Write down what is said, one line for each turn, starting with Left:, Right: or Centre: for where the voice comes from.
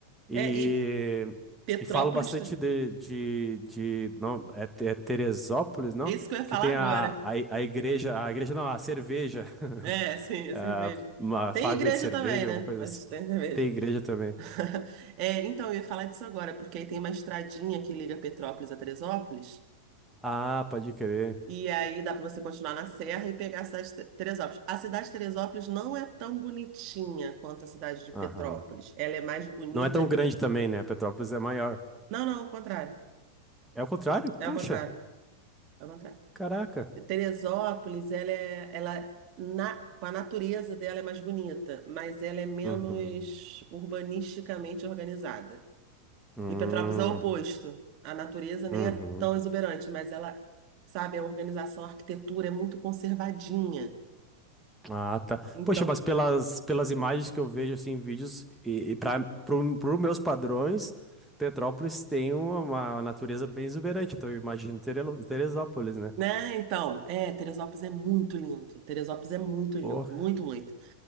Centre: E,
Right: É, e Petrópolis,
Centre: e falo bastante
Right: tá,
Centre: de, de, de não, é, Te- é Teresópolis, não?
Right: é isso que eu ia falar
Centre: Que tem
Right: agora.
Centre: a, a, i- a igreja, a igreja não, a cerveja,
Right: É,
Centre: <laughs>
Right: sim, é
Centre: a
Right: cerveja.
Centre: uma
Right: Tem
Centre: fábrica
Right: igreja
Centre: de cerveja,
Right: também, né?
Centre: alguma coisa
Right: Mas
Centre: assim.
Right: tem cerveja.
Centre: Tem igreja também.
Right: <laughs> É, então, eu ia falar disso agora, porque aí tem uma estradinha que liga Petrópolis a Teresópolis,
Centre: Ah, pode crer.
Right: e aí dá pra você continuar na serra e pegar a cidade de Te- Teresópolis. A cidade de Teresópolis não é tão bonitinha quanto a cidade de Petrópolis.
Centre: Aham.
Right: Ela é mais bonita.
Centre: Não é tão grande também, né? Petrópolis é maior.
Right: Não, não, ao contrário.
Centre: É o contrário? Puxa,
Right: É ao contrário. É ao contrário.
Centre: caraca.
Right: Teresópolis, ela é, ela na, com a natureza dela é mais bonita, mas ela é menos
Centre: Uhum.
Right: urbanisticamente organizada.
Centre: Hum,
Right: E Petrópolis é o oposto. A natureza nem
Centre: uhum.
Right: é tão exuberante, mas ela, sabe, a organização, a arquitetura é muito conservadinha.
Centre: Ah, tá.
Right: Então,
Centre: Poxa, mas pelas, pelas imagens que eu vejo assim, em vídeos, e, e para os meus padrões, Petrópolis tem uma, uma natureza bem exuberante, então eu imagino Terelo- Teresópolis, né?
Right: né? Então, é, Teresópolis é muito lindo. Teresópolis é muito lindo,
Centre: Pô.
Right: muito, muito.